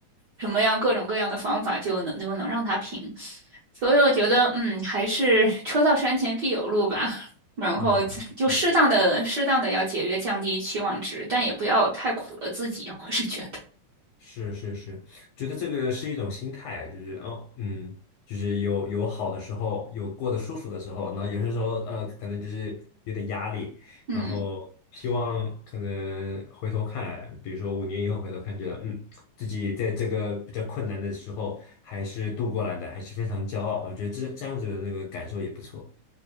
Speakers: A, on the right; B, on the left.
A: 什么样各种各样的方法就能就能让它平。所以我觉得，嗯，还是车到山前必有路吧。然后就适当的、
B: 嗯是
A: 适当的要节约，降低期望值，但也不要太苦了自己。我是觉得，
B: 是是是，觉得这个是一种心态，就是哦，嗯，就是有有好的时候，有过得舒服的时候，然后有些时候呃，可能就是有点压力，
A: 嗯。
B: 然后希望可能回头看，比如说五年以后回头看，觉得嗯，自己在这个比较困难的时候还是度过来的，还是非常骄傲，我觉得这这样子的那个感受也不错。